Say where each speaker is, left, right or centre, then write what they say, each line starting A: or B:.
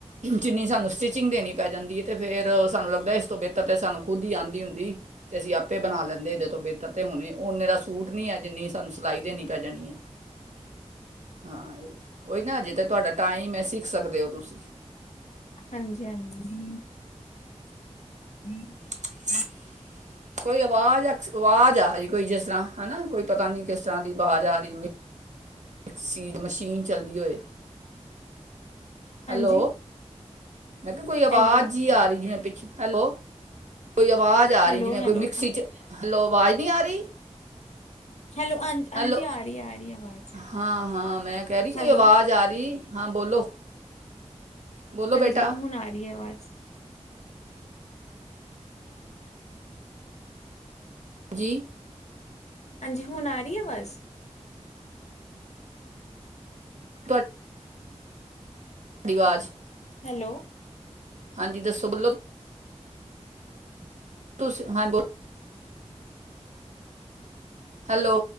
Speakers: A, on the right; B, on the left.
A: ਜਿੰਨੀ ਸਾਨੂੰ ਸਟਿਚ ਚਿੰਗ ਦੇਣੀ ਪੈ ਜਾਂਦੀ ਹੈ, ਤੇ ਫੇਰ ਸਾਨੂੰ ਲੱਗਦਾ ਇਸ ਤੋਂ ਬਿਹਤਰ ਤੇ ਸਾਨ ਖੁਦ ਹੀ ਆਂਦੀ ਹੁੰਦੀ ਤੇ ਅਸੀਂ ਆਪੇ ਬਣਾ ਲੈਂਦੇ ਹ ਇਹਦੇ ਤੋਂ ਬਿਹਤਰ, ਤੇ ਹੁਣੇ ਓਨੇ ਦਾ ਸੂਟ ਜਿੰਨੀ ਸਾਨੂੰ ਸਿਲਾਈ ਦੇਣੀ ਪੈ ਜਾਣੀ ਏ, ਹਾਂ ਇਹ ਓਹੀ ਨਾ ਹਜੇ ਤੇ ਤੁਹਾਡਾ ਟਾਈਮ ਏ, ਸਿੱਖ ਸਕਦੇ ਹੋ ਤੁਸੀਂ।
B: ਹਾਂਜੀ-ਹਾਂਜੀ, ਜੀ-ਜੀ
A: <unintelligible> ਕੋਈ ਅਵਾਜ਼, ਅਕਸ, ਅਵਾਜ਼ ਆਰੀ ਕੋਈ ਜਿਸ ਤਰ੍ਹਾਂ, ਹਨਾ ਕੋਈ ਪਤਾ ਨੀ ਕਿਸ ਤਰ੍ਹਾਂ ਦੀ ਵਾਜ਼ ਆਰੀ ਮਸੀਨ, ਮਸ਼ੀਨ ਚੱਲਦੀ ਹੋਏ।
B: ਹਾਂਜੀ
A: ਹੈਲੋ। ਮੈਂ ਕਿਆ ਕੋਈ ਆਵਾਜ਼
B: ਹੈਲੋ
A: ਜੀ ਆ ਰਹੀ ਐ ਪਿੱਛੋਂ, ਹੈਲੋ। ਕੋਈ ਆਵਾਜ਼ ਆ
B: ਹੈਲੋ
A: ਰਹੀ, ਜਿਵੇਂ
B: ਹੈਲੋ
A: ਕੋਈ ਮਿਕਸੀ'ਚ ਹੈਲੋ, ਆਵਾਜ਼ ਨੀ ਆਰੀ।
B: <unintelligible> ਹਾਂਜੀ
A: ਹੈਲੋ।
B: ਆ ਰਹੀ ਆ ਰਹੀ ਆਵਾਜ਼
A: ਹਾਂ-ਹਾਂ ਮੈਂ ਕਹਿਰੀ ਕੋਈ
B: ਹੈਲੋ
A: ਅਵਾਜ਼ ਆਰੀ? ਹਾਂ ਬੋਲੋ। ਬੋਲੋ
B: ਹਾਂਜੀ,
A: ਬੇਟਾ
B: ਹੁਣ ਆਰੀ ਏ ਅਵਾਜ਼।
A: ਜੀ।
B: ਹਾਂਜੀ, ਹੁਣ ਆਰੀ ਐ ਅਵਾਜ਼?
A: ਤੁਹਾ ਡੀ ਵਾਜ਼।
B: ਹੈਲੋ।
A: ਹਾਂਜੀ, ਦੱਸੋ ਬੋਲੋ। ਤੁਸ--ਹਾਂ ਬੋ ਹੈਲੋ।